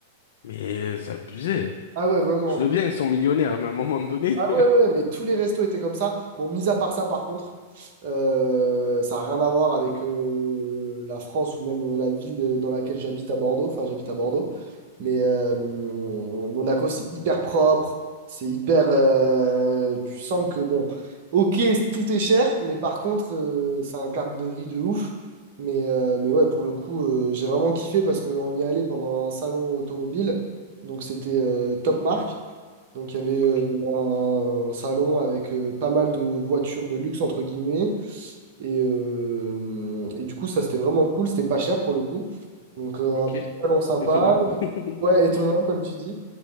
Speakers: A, on the left (about 65°); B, on the right (about 55°).
A: mais euh, c'est abusé. hein.
B: Ah ouais, vraiment.
A: Je veux bien, ils sont millionnaires, mais à un moment donné.
B: Ah
A: <laughs>
B: ouais, ouais, mais tous les restos étaient comme ça. Bon, mis à part ça, par contre, euh, ça n'a rien à voir avec euh, la France ou même euh, la ville dans laquelle j'habite à Bordeaux. Enfin, j'habite à Bordeaux. Mais euh, Monaco, c'est hyper propre. C'est hyper... euh, tu sens que, bon, ok, tout est cher, mais par contre, euh, c'est un cap de vrille de ouf. Mais, euh, mais ouais, pour le coup, euh, j'ai vraiment kiffé parce qu'on y allait pendant un salon automobile. Donc, c'était euh, top marque. Donc il y avait
A: Ok,
B: euh, un salon avec euh, pas mal de voitures de luxe, entre guillemets. Et, euh, et du coup, ça, c'était vraiment cool. C'était pas cher pour le coup. Donc euh,
A: ok.
B: un petit salon sympa.
A: Étonnant. <laughs>
B: Ouais, étonnant, comme tu dis.